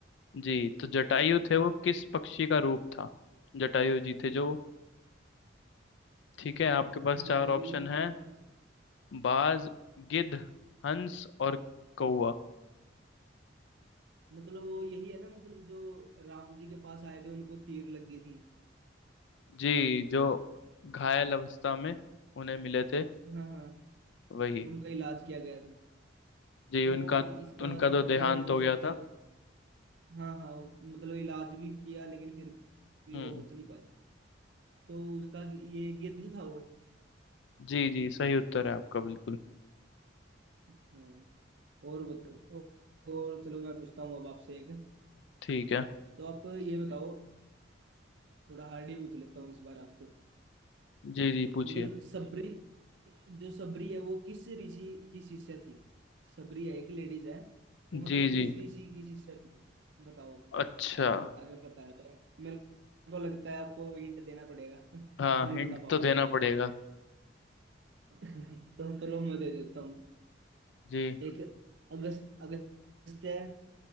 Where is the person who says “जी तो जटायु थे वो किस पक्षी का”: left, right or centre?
Left